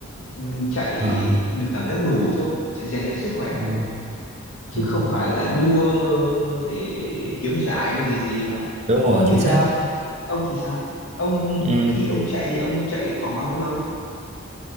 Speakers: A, on the left (about 70°); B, on the right (about 30°).
A: mình chạy
B: À.
A: mình cảm giác đủ thôi chạy rèn luyện sức khỏe
B: Ừ.
A: thôi chứ
B: Ừ.
A: không phải là đua để kiếm giải gì gì đó
B: Đúng rồi,
A: ông
B: chính
A: thì sao
B: xác.
A: ông thì sao ông
B: Ừ.
A: khi ông chạy thì ông chạy khoảng bao lâu